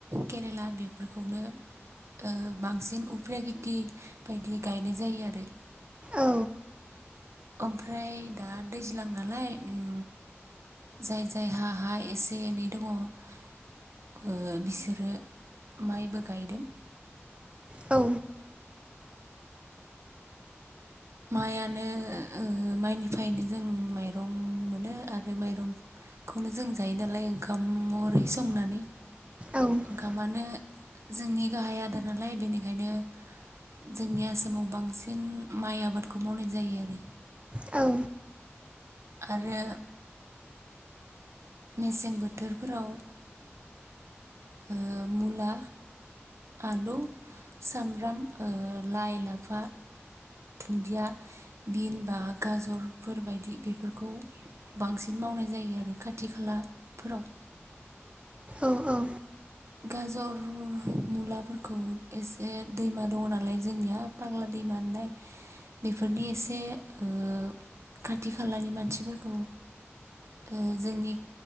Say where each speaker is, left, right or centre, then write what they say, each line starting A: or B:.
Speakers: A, on the right; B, on the right.
A: केरेला बेफोरखौनो ओ-बांसिन उफ्रिया खेथि बायदि गायनाय जायो आरो
B: औ
A: ओमफ्राय दा दैज्लां नालाय उम जाय जाय हा हा एसे एनै दङ बिसोरो माइबो गायदों
B: औ
A: माइयानो ओ-माइनिफायनो जों माइरं मोनो आरो माइरंखौनो जों जायो नालाय ओंखाम महरै संनानै
B: औ
A: ओंखा मानो जोंनि गाहाय आदार नालाय बेनिखायनो जोंनि आसामाव बांसिन माइ आब आबादखौ मावनाय जायो आरो
B: औ
A: आरो मेसें बोथोरफोराव ओ मुला आलु सामब्राम ओ लाइ लाफा दुन्दिया बिन बा गाजर फोरबायदि बेफोरखौ बांसिन मावनाय जायो आरो खाथि खाला फोराव
B: औ औ
A: गाजर मुलाफोरखौ एसे दैमा दङ नालाय जोंनिया फाग्ला दैमा नालाय बेफोरनि एसे ओ खाथि खालानि मानसिफोरखौ ओ जोंनि